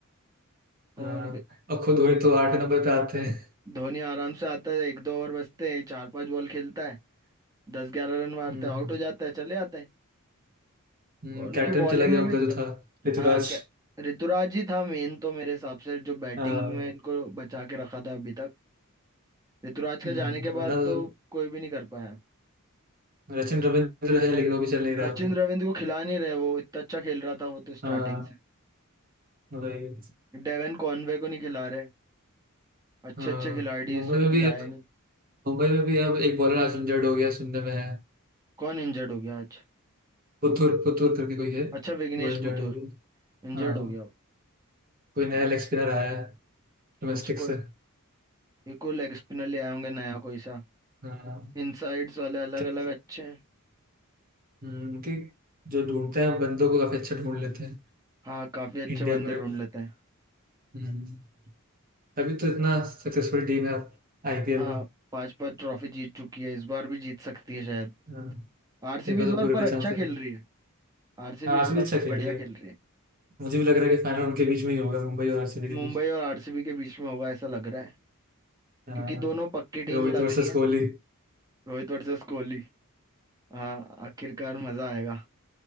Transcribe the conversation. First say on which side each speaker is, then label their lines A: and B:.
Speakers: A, on the right; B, on the right.
A: हाँ
B: और
A: और खुद हुई तो आठ नंबर पे आते हैं
B: धोनी आराम से आता है एक दो ओवर बचते हैं चार पांच बॉल खेलता है दस ग्यारह रन मारता
A: हम्म
B: है आउट हो जाता है चले आते हैं
A: हम्म,
B: और उनकी
A: कैप्टन
B: बॉलिंग
A: चला गया
B: में भी
A: उनका
B: त-
A: जो था ऋतुराज
B: हाँ क्या ऋतुराज ही था मेन तो मेरे हिसाब से जो बैटिंग
A: हाँ
B: में इनको बचा के रखा था अभी तक ऋतुराज के
A: हम्म
B: जाने के
A: वरना
B: बाद
A: तो
B: तो कोई भी नहीं कर पाया
A: सचिन रविंद्र है लेकिन वो भी चल नहीं रहा
B: सचिन
A: था
B: रविंद्र को खिला नहीं रहे वो इतना अच्छा खेल रहा था वो तो स्टार्टिंग
A: हाँ
B: से
A: वही
B: डेवन कॉनवे को नहीं खिला रहे अच्छे
A: हाँ
B: अच्छे खिलाड़ी
A: मुंबई
B: इसको
A: में भी
B: खिलाया नहीं
A: मुंबई में भी अब एक बॉलर आज इंजर्ड हो गया सुनने में है
B: कौन इंजर्ड हो गया आज
A: पुथुर पुथुर करके कोई है
B: अच्छा विघ्नेश
A: वो इंजर्ड
B: पुथुर
A: हो गया
B: इंजर्ड
A: हाँ
B: हो गया
A: कोई नया
B: वो
A: लेग स्पिनर आया है डोमेस्टिक
B: अच्छा कोई
A: से
B: ये कोई लेग स्पिनर ले आए होंगे नया कोई सा
A: हाँ
B: इनसाइड्स वाले अलग
A: क्या
B: अलग अच्छे हैं
A: हम्म, कि जो ढूंढते हैं बंदों को काफी अच्छा ढूंढ लेते हैं
B: हाँ काफी अच्छे
A: इंडिया
B: बंदे
A: पर
B: ढूंढ लेते हैं
A: हम्म, तभी तो इतना सक्सेसफुल टीम है आईपीएल
B: हाँ
A: में
B: पांच पांच ट्रॉफी जीत चुकी है इस बार भी जीत सकती है शायद
A: हाँ,
B: आरसीबी
A: इस बार
B: इस
A: तो
B: बार
A: पूरे
B: पर अच्छा
A: चांसेस
B: खेल
A: हैं
B: रही है आरसीबी
A: हाँ आरसीबी
B: इस बार
A: अच्छा
B: बहुत
A: खेल
B: बढ़िया
A: रही
B: खेल
A: है
B: रही है
A: मुझे भी लग रहा है कि फाइनल उनके बीच में ही होगा मुंबई और आरसीबी के
B: मुंबई
A: बीच
B: और आरसीबी के बीच में होगा ऐसा लग रहा है
A: अ,
B: क्योंकि दोनों पक्की टीम
A: रोहित
B: लग
A: वर्सेस
B: रही है
A: कोहली
B: रोहित वर्सेस कोहली हाँ आखिरकार मजा आएगा